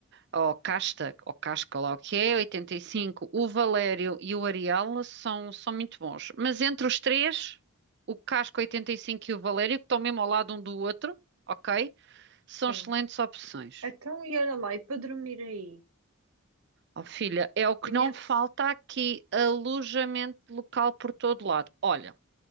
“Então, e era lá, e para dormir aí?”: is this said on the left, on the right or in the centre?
Right